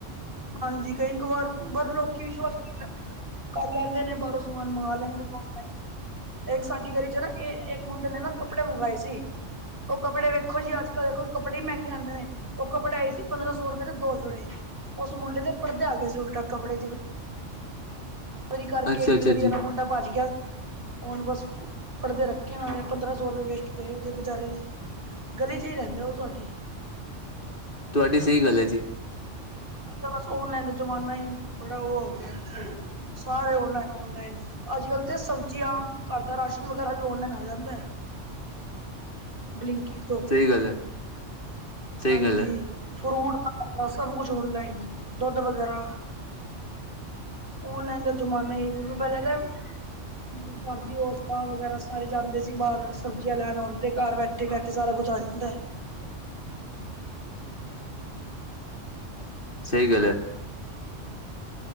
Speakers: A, on the right; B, on the left.
A: ਹਾਂਜੀ ਕਈ ਇੱਕ ਵਾਰ ਪਰ ਲੋਕੀ ਵਿਸ਼ਵਾਸ ਕਰ ਲੈਂਦੇ ਨੇ ਬਾਹਰੋਂ। ਸਮਾਨ ਮੰਗਾ ਲੈਂਦੇ ਨ। ਇੱਕ ਸਾਡੀ ਗਲੀ ਚ ਨਾ ਇੱਕ ਮੁੰਡੇ ਨੇ ਨਾ ਕੱਪੜੇ ਮੰਗਵਾਏ ਸੀ। ਉਹ ਕੱਪੜ ਵੇਖੋ ਜੀ ਅੱਜ ਕੱਲ ਦੇਖੋ ਕੱਪੜੇ ਹੀ ਮਹਿੰਗੇ ਆਉਂਦੇ ਨੇ। ਉਹ ਕੱਪੜਾਏ ਸੀ ਪੰਦਰਾਂ ਸੌ ਰੁਪਏ ਦੇ ਦੋ ਜੋੜੇ ਉਸ ਮੁੰਡੇ ਤੇ ਗਏ ਸੀ ਉਲਟਾ ਕਪੜੇ ਕਰਕੇ
B: ਅੱਛਾ-ਅੱਛਾ
A: ਡਿਲੀਵਰੀ
B: ਜੀ।
A: ਵਾਲਾ ਮੁੰਡਾ ਭੱਜ ਗਿਆ ਹੁਣ ਬਸ ਪੜ੍ਹਦੇ ਰੱਖੇ ਪੰਦਰਾਂ ਸੌ ਰੁਪਏ ਵੇਸਟ ਕਰ ਉਹਦੇ ਬੇਚਾਰੇ ਦੇ ਗਲੀ ਚ ਹੀ ਰਹਿੰਦਾ ਉਹ ਤੁਹਾਡੀ
B: ਤੁਹਾਡੀ ਸਹੀ ਗੱਲ ਹੈ ਜੀ
A: ਬਸ ਓਨਲਾਈਨ ਦਾ ਜ਼ਮਾਨਾ ਹੀ ਬੜਾ ਉਹ ਹੋ ਗਿਆ ਸਾਰੇ ਔਨਲਾਈਨ-ਔਨਲਾਈਨ ਅੱਜ ਕਲ੍ਹ ਤੇ ਸਬਜ਼ੀਆਂ ਘਰ ਦਾ ਰਾਸ਼ਨ ਵਗੈਰਾ ਵੀ ਔਨਲਾਈਨ ਆ ਜਾਂਦਾ ਹੈ ਬਲਿੰਕਟ ਤੋਂ
B: ਗੱਲ ਹੈ ਸਹੀ
A: ਹਾਂਜੀ
B: ਗੱਲ ਹੈ
A: ਫਰੂਟ ਸਬ ਕੁਛ ਓਨਲਾਈਨ ਦੁੱਧ ਵਗੈਰਾ ਓਨਲਾਈਨ ਦਾ ਜ਼ਮਾਨਾ ਸੀ ਪਹਿਲਾਂ ਤਾਂ ਘਰ ਦੀ ਔਰਤਾਂ ਵਗੈਰਾ ਸਾਰੇ ਜਾਂਦੇ ਸੀ ਬਾਹਰ ਸਬਜ਼ੀਆਂ ਲੈਣ ਆਉਣ ਤੇ ਘਰ ਬੈਠੇ-ਬੈਠੇ ਸਾਰਾ ਕੁੱਝ ਆ ਜਾਂਦਾ ਹੈ
B: ਸਹੀ ਗੱਲ ਐ